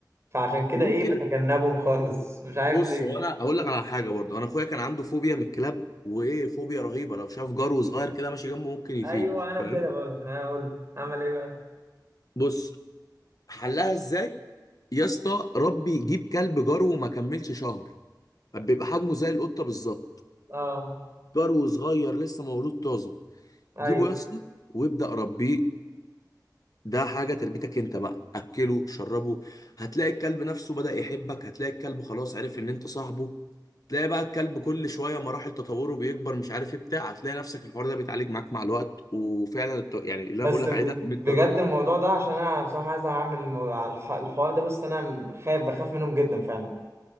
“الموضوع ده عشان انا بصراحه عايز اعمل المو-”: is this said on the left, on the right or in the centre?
Right